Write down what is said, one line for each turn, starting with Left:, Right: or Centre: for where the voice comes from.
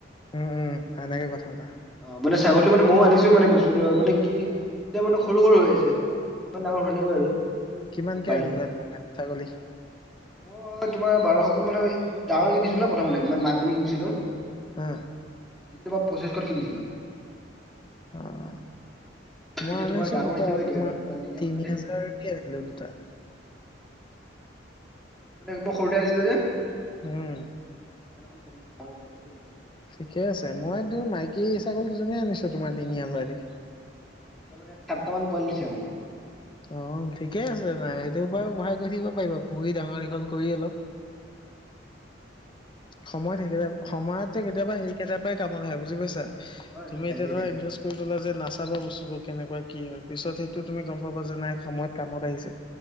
Left: উম উম সনেকে কথা পাতা
Centre: অ', মানে ছাগলীটো মানে মইও আনিছো মানে বস্তুটো আৰু মানে কি এয়া মানে সৰু সৰু হৈ আছে। ইমান ডাঙৰ হোৱানাগৈ আৰু
Left: কিমানকে
Centre: অলপ বাঢ়িছে
Left: আনিলা তুমি চা ছাগলী
Centre: মই তোমাৰ বাৰশকে মানে ডাঙৰ কিনিছিলো ন প্ৰথমতে মা মাগ জনি কিনিছিলো।
Left: আ
Centre: তোমাক পচিছশত কিনিছিলো।
Left: অ', মই
Centre: এতিয়া
Left: আনিছো
Centre: তোমাৰ ডাঙৰ
Left: দুটা
Centre: হৈছে গৈ এতিয়া
Left: তোমাৰ
Centre: আৰু পোৱালি দিলে
Left: তিনি
Centre: মাজতে
Left: হাজাৰকে আনিলো দুটাত
Centre: মানে মই সৰুতে আনিলো যে
Left: উম',
Centre: সেইকাৰণে অণ ক কতে পৰিলে বাৰু <unintelligible>
Left: ঠিকে আছে মইতো মাইকী ছাগলী দুজনী আনিছো তোমাৰ তিনি হাজাৰ দি
Centre: এতিয়া মানে সাতটা মান পোৱালি দিছে মানে
Left: অ', ঠিকে আছে নাই, সেইটোৰ পৰাও বঢ়াই গৈ থাকিব পাৰিবা পুহি ডাঙৰ দীঘল কৰি অলপ
Centre: হয়।
Left: সময়ত সেইবিলাক সময়ত যে কেতিয়াবা সেইকেইটাৰ পৰাই কামত আহে বুজি পাইছা
Centre: হয়
Left: তুমি
Centre: হয়
Left: এতিয়া
Centre: তাকেই
Left: ধৰা
Centre: তাকে
Left: ইনভেছ টুন তোলা যে নাচাবা বস্তুবোৰ কেনেকুৱা কি হয় পিছত সেইটো তুমি গম পাবা যে নাই সময়ত কামত আহিছে।